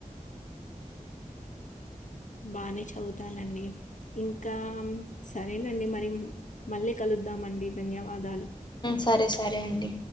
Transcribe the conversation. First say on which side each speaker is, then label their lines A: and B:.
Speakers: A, on the left (about 60°); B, on the left (about 30°).
A: బాగానే చదువుతానండి ఇంకా సరేనండి మరి మళ్ళీ కలు ద్దామండి ధన్యవాదాలు
B: సరే సరే అండి